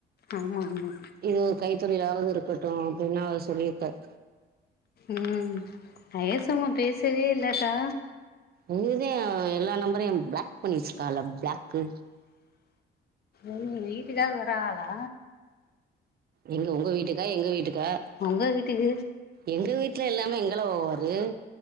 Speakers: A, on the left; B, on the right.
A: ஆமா ஆமா
B: இது ஒரு கைத்தொழிலாவது இருக்கட்டோ அப்டினா அவர் சொல்லியிருக்கார்
A: ம்ம் பேசுவோ பேசவே இல்லக்கா
B: நீதா எல்லா நம்பரையும் பிளாக் பண்ணி வெச்சிருக்கால பிளாக்கு
A: உங்க வீட்டுக்காவது வராலா
B: எங்க உங்க வீட்டுக்கா எங்க வீட்டுக்கா
A: உங்க வீட்டுக்கு
B: எங்க வீட்ல இல்லாமே எங்கள போவாரு